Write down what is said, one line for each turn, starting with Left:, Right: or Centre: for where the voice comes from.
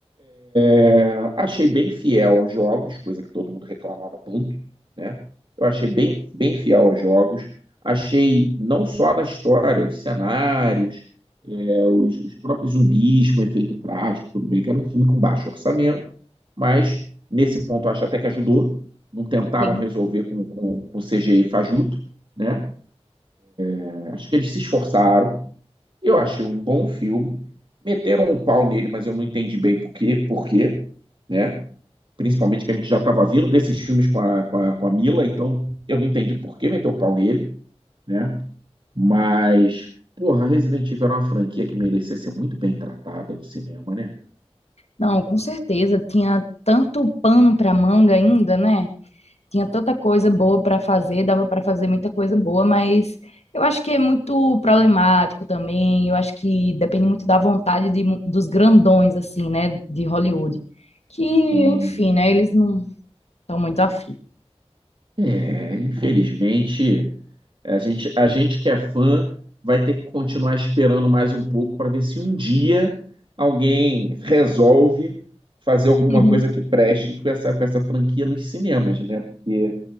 Right: É, achei bem fiel aos jogos, coisa que todo mundo reclamava tanto, né? Eu achei bem, bem fiel aos jogos. Achei não só na história, os cenários, é, os, os próprios zumbis com efeito prático, tudo bem que era um filme com baixo orçamento, mas nesse ponto eu acho até que ajudou. Não tentaram
Left: sim.
Right: resolver com, com, com CGI fajuto, né? É, Acho que eles se esforçaram, Eu achei um bom filme. Meteram um pau nele, mas eu não entendi bem por quê, por quê, né? Principalmente que a gente já estava vindo desses filmes com a, com a, com a Mila, então eu não entendi por que meteu o pau nele, né? Mas, porra, Resident Evil era uma franquia que merecia ser muito bem tratada no cinema, né?
Left: Não, com certeza. Tinha tanto pano pra manga ainda, né? tinha tanta coisa boa para fazer, dava para fazer muita coisa boa, mas eu acho que é muito problemático também. Eu acho que depende muito da vontade de mu- dos grandões, assim, né, de Hollywood. Que,
Right: Sim.
Left: enfim, né, eles não estão muito afim.
Right: É, infelizmente, A gente, a gente que é fã vai ter que continuar esperando mais um pouco para ver se um dia alguém resolve fazer alguma
Left: <laughs>
Right: coisa que preste com essa, com essa franquia nos cinemas, né? Porque